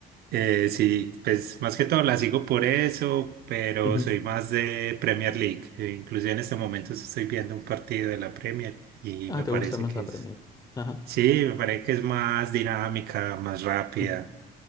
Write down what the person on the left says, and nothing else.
Ujú.
Ah,
¿te
gusta más
la
Premier? Ajá.
Ujú.